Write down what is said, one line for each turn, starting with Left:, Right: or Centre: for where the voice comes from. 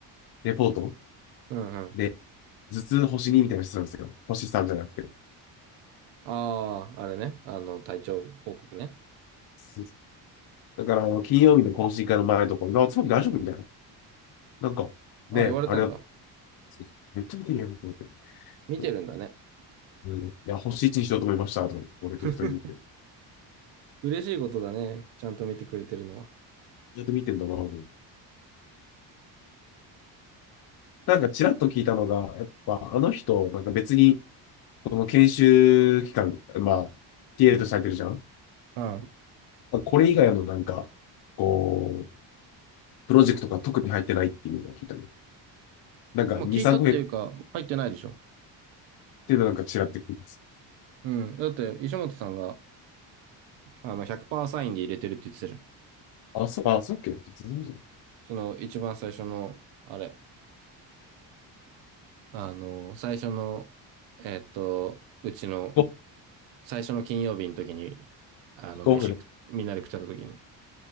Left: レポート
Right: うんうん。
Left: で、頭痛星2みたいなのしてたんですよ。星3じゃなくて。
Right: ああ、あれね。あの、体調報告ね。
Left: そうそうだから、あの金曜日の懇親会の前とか、あ、つまり大丈夫みたいな。なんか、
Right: ああ、
Left: ね、
Right: 言われたんだ。
Left: あれだ、そうめっちゃ見てるよと思って。
Right: 見てるんだね。
Left: そううん、いや、星1にしようと思いました、とか言って俺適当に言って。
Right: <laughs> 嬉しいことだね。ちゃんと見てくれてるのは。
Left: ずっと見てんだなと思ってなんか、ちらっと聞いたのが、やっぱ、あの人、なんか別に、この研修期間、まあ、TA とされてるじゃん。
Right: うん。
Left: まあこれ以外のなんか、こう、プロジェクトが特に入ってないっていうのが聞いたの。なんか、
Right: まあ、
Left: 2、
Right: 聞いたっていうか、
Left: 3個減っ
Right: 入ってないでしょ。
Left: てるのなんか違ってくるんです。
Right: うん。だって、石本さんが、あの、100%サインで入れてるって言ってたじゃん。
Left: あ、そう、あ、そうっけ全然じゃない
Right: その一番最初の、あれ、あの、最初の、えっと、うちの
Left: キッ
Right: 最初の金曜日の時に、あの、
Left: クオフね
Right: 飯食、みんなで食ってた時に、